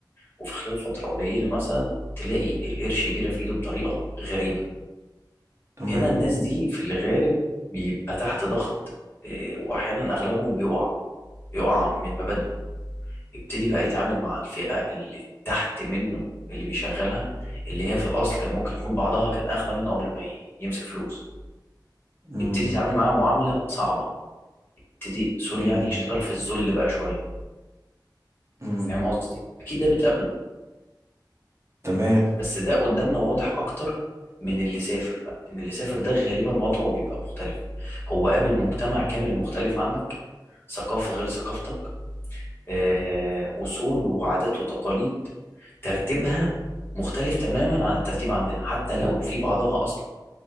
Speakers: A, on the left; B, on the right.
A: وفي خلال فترة قليلة مثلا تلاقي القرش جرى في ايده بطريقة غريبة
B: تمام
A: هنا الناس دي في الغالب بيبقى تحت ضغط إيه، واحيانا اغلبهم بيقع بيقع من مبادئه يبتدي بقى يتعامل مع الفئة اللي تحت منه اللي بيشغلها اللي هي في الاصل كان ممكن يكون بعضها كانت اخده منه قبل ما ي- يمسك فلوس
B: مم.
A: يبتدي يتعامل معاها معاملة صعبة يبتدي سوري
B: امم
A: يعني يشتغل في الذل بقى شوية
B: امم
A: فاهم قصدي اكيد ده بتقابله
B: تمام
A: بس ده قدامنا واضح اكتر من اللي سافر بقى ان اللي سافر ده غالبا وضعه بيبقى مختلف هو قابل مجتمع كامل مختلف عنك ثقافة غير ثقافتك آه، أصول وعادات وتقاليد ترتيبها مختلف تماما عن الترتيب عندنا حتى لو في بعضها أصلا